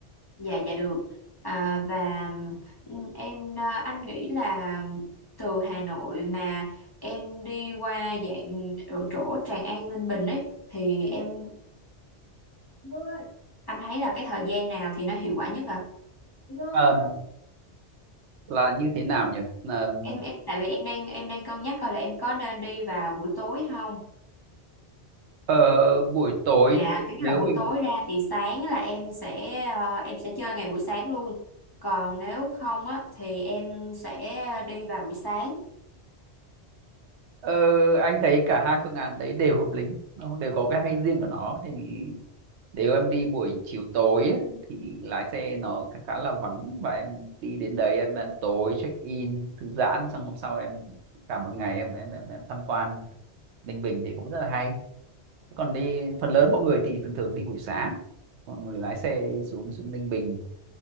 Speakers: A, on the left; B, on the right.
A: dạ dạ được à, và ừ, em ờ, anh nghĩ là từ Hà Nội mà em đi qua dạng ở chỗ Tràng An Ninh Bình ấy thì em Vâng, Anh thấy là cái thời gian nào thì nó hiệu quả nhất à? vâng,
B: Ờm,
A: vâng.
B: là như thế nào nhỉ Ờm,
A: Em em tại vì em đang em đang cân nhắc coi là em có nên đi vào buổi tối không?
B: ờ, buổi tối
A: Dạ, cái
B: nếu
A: là buổi
B: mình
A: tối ra thì sáng là em sẽ ờ, em sẽ chơi ngày buổi sáng luôn. Còn nếu không á thì em sẽ đi vào buổi sáng.
B: ờ, anh thấy cả hai phương án đấy đều hợp lý nó đều có cái hay riêng của nó thì nếu em đi buổi chiều tối ấy, thì lái xe nó khá, khá là vắng và em đi đến đấy em ăn tối check in thư giãn xong hôm sau em cả một ngày em em em, em tham quan Ninh Bình thì cũng rất là hay còn đi phần lớn mọi người thì thường thường đi buổi sáng mọi người lái xe xuống xuống Ninh Bình